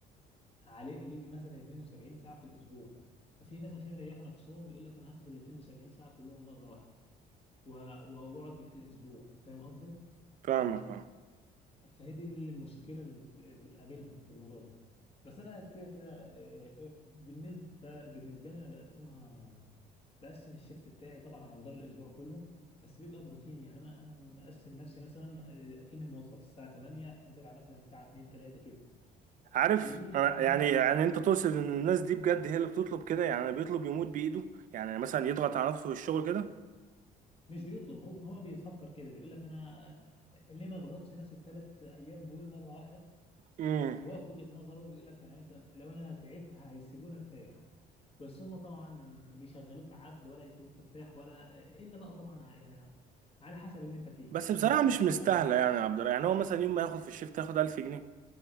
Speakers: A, on the left; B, on the right.
A: عليه ليك مثلا 72 ساعة في الأسبوع ففي ناس عشان يريحوا نفسهم يقول لك أنا هاخد ال 72 ساعة كلهم مرة واحدة و- و- وأقعد بقية الأسبوع فاهم قصدي؟
B: فاهمك
A: ف...
B: اه
A: فهي دي المشكلة اللي بت... بتقابلهم في الموضوع ده بس أنا كده كده آه، آه، بالنسبة بالنسبة لي أنا بقسمها بقسم الشيفت بتاعي طبعا على مدار الأسبوع كله بس بيبقى بروتين يعني أنا أنا مقسم نفسي مثلا آه، أكني موظف الساعة 8 أرجع مثلا الساعة 2 3 كده
B: عارف
A: وكمان
B: انا يعني يعني انت تقصد ان الناس دي بجد هي اللي بتطلب كده يعني بيطلب يموت بايده يعني مثلا يضغط على نفسه في الشغل كده
A: مش بيطلب هو هو بيفكر كده بيقول لك انا ليه ما اضغطش نفسي الثلاث ايام دول مره واحده
B: امم
A: وهو في وجهه نظره بيقول لك يعني مثلا لو انا تعبت هيسيبوني ارتاح بس هما طبعا بيشغلوك عبد ولا يسيبوك ترتاح ولا الا بقى طبعا ع- يعني ع- على حسب اللي انت فيه
B: بس
A: في
B: بصراحة
A: مستشفى
B: مش مستاهلة يعني يا عبد الرحمن يعني هو مثلا يوم ما ياخد في الشيفت ياخد 1000 جنيه